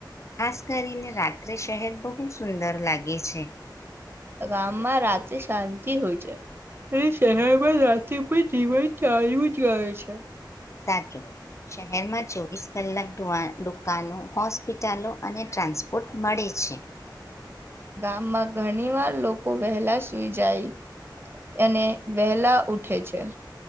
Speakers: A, on the left (about 40°); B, on the right (about 30°).
A: ખાસ કરીને રાત્રે શહેદ બહુ સુંદર લાગે છે.
B: ગામમાં રાત્રે શાંતિ હોય છે શહેરમાં રાત્ર પણ જીવન ચાલુંય રહે છે.
A: સાચું શહેરમાં ચોવીસ કલાક દુવા દુકાનો હોસ્પિટલો અને ટ્રાન્સપોર્ટ મળે છે.
B: ગામમાં ઘણી વાર લોકો વહેલા સુઈ જાય અને વહેલા ઉઠે છે.